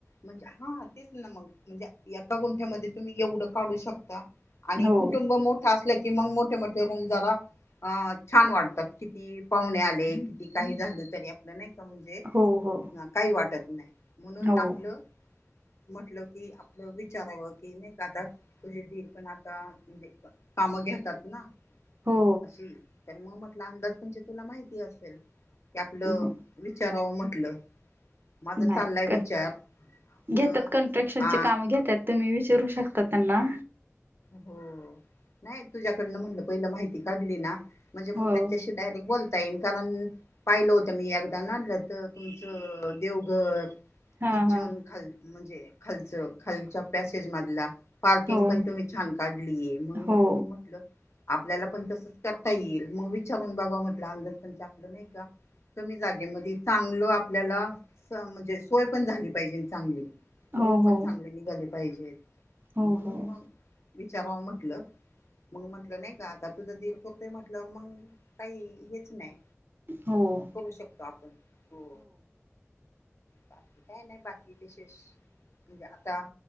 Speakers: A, on the left; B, on the right.
A: म्हणजे हा तेच ना मग म्हणजे एका गुंठ्यामध्ये तुम्ही एवढं काढू शकता आणि
B: हो
A: कुटुंब मोठा असलं की मग मोठे मोठे रूम जरा अं छान वाढतात किती पाहुणे आले किती काही झालं तरी आपलं नाही का म्हणजे
B: हो हो
A: काही वाटत नाही म्हणून
B: हो
A: आपलं म्हटलं की आपलं विचारावं कि नाही का आता तुझे दिईल पण आता म्हणजे कामं घेतात ना
B: हो
A: अशी त्यांनी मग म्हटलं अंदाज म्हणज तुला माहिती असेल क आपलं
B: हो
A: विचारावं म्हटलं माझा चाललाय
B: नाही
A: विचार आपलं
B: घेतात कन्स्ट्रक्शनचे
A: अ
B: काम घेतात तुम्ही विचारू शकता त्यांना
A: हो नाही तुझ्याकडनं म्हटलं पहिलं माहिती काढली ना म्हणजे मग
B: हो
A: त्यांच्याशी डायरेक्ट बोलता येईन कारण पाहिलं होतं मी एकदा न तर तुमचं देवघर
B: हा
A: किचन
B: हा
A: खाल म्हणजे खालच खालच्या पॅसेज मधला पार्किंग
B: हो
A: पण तुम्ही छान काढलीय मग
B: हो
A: म्हण म्हटल आपल्याला पण तसच करता येईल मग विचारून बघा म्हटलं अंदाज पण आपलं नाही का कमी जागेमध्ये चांगलं आपल्याला म्हणजे सोय पण झाली पाहिजे चांगली
B: हो
A: रूम पण
B: हो
A: चांगले निघाले पाहिजेत
B: हो
A: म्हणून
B: हो
A: मग विचारवा म्हटलं मग म्हटलं नाही का आता तुझं दीर कोरतोय म्हटल्यावर मग काही हेच नाही
B: हो
A: करू शकतो आपण हो बाकी काही नाही नाही बाकी विशेष म्हणजे आता